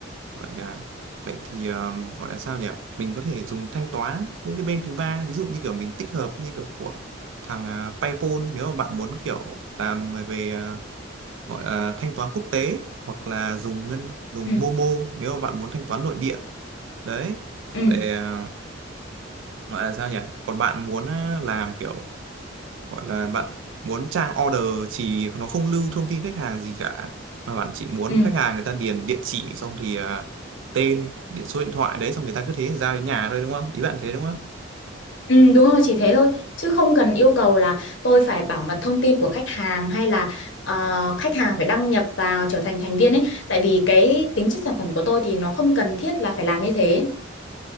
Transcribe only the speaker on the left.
Ừ,
ừ,
ừ,
ừ, đúng rồi, chỉ thế thôi. Chứ không cần yêu cầu là tôi phải bảo mật thông tin của khách hàng hay là ờ, khách hàng phải đăng nhập vào trở thành thành viên ấy. Tại vì cái tính chất sản phẩm của tôi thì nó không cần thiết là phải làm như thế.